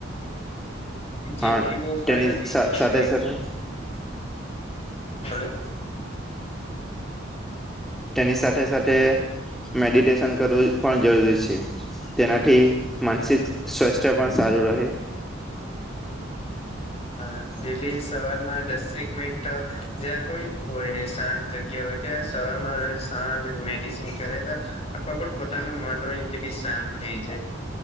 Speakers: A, on the left; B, in the centre.
A: જીમથી
B: હા
A: બહું ફાયદા
B: તેની
A: બી
B: સાથે
A: છે
B: સાથે
A: હલો.
B: તેની સાથે સાથે મેડિટેશન કરવું પણ જરૂરી છે. તેનાથી માનસિક સ્વાસ્થ્ય પણ સારું રહે
A: હા ડેઇલી સવાર માં દસેક મિનિટ તો જ્યાં કોઈ હોય ને શાંત જગ્યા હોય ત્યાં સવારમાં રજ શાંત ને મેડિસીન કર્યા તો ખબર પણ પોતાનું મન હોય બી શાંત થઈ જાય